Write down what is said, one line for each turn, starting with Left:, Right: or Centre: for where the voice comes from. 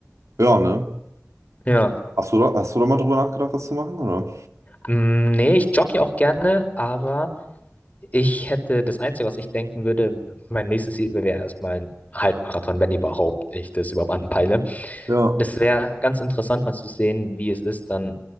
Right: Ja, ne?
Left: Ja.
Right: Hast du da, hast du da mal drüber nachgedacht, das zu machen, oder?
Left: Mm, Nee, ich jogge ja auch gerne, aber ich hätte das Einzige, was ich denken würde, mein nächstes Ziel wäre erstmal ein Halbmarathon, wenn überhaupt ich das überhaupt anpeile.
Right: Ja.
Left: Das wäre ganz interessant, mal zu sehen, wie es ist, dann,